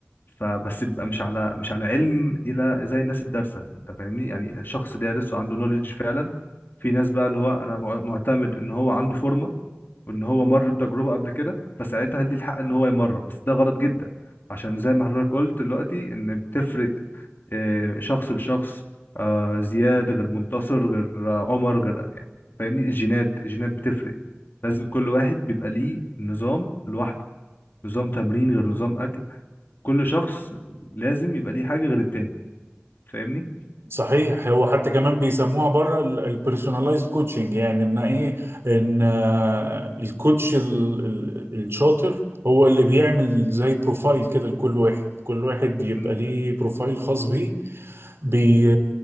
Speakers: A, on the left; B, on the right.
A: فبس بيبقى مش على مش على علم الى زي الناس الدارسه انت فاهمني يعني شخص دارس وعنده نوليدج فعلا في ناس بقى اللي هو انا مع- معتمد ان هو عنده فورمه وان هو مر بتجربه قبل كده فساعتها ليه الحق ان هو يمرن بس ده غلط جدا عشان زي ما حضرتك قلت دلوقتي ان بتفرق آه، شخص لشخص آه، زياد غير منتصر غير آه، عمر غير يعني فاهمني الجينات الجينات بتفرق لازم كل واحد بيبقى ليه نظام لوحده نظام تمرين غير نظام اكل كل شخص لازم يبقى ليه حاجة غير التاني فاهمني
B: صحيح هو حتى كمان بيسموها بره البيرسوناليزد كوتشنج يعني ان ايه ان آه، الكوتش ال- ال- الشاطر هو اللي بيعمل زي بروفايل كده لكل واحد كل واحد بيبقى
A: مم.
B: ليه بروفايل خاص بيه بي